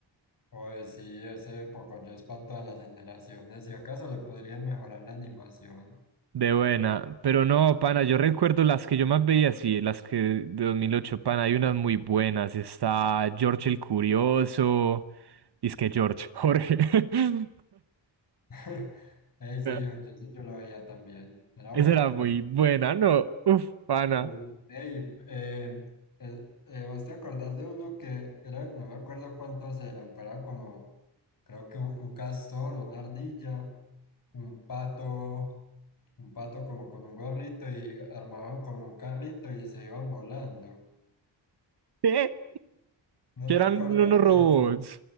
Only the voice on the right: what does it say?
De buena, pero no, pana, yo recuerdo las que yo más veía, sí, las que de 2008 pana, hay unas muy buenas, está George el Curioso, y es que George, Jorge, <laughs>
pero
esa
era muy buena, ¿no? Uf, pana,
¿qué?
Que
eran
unos
robots,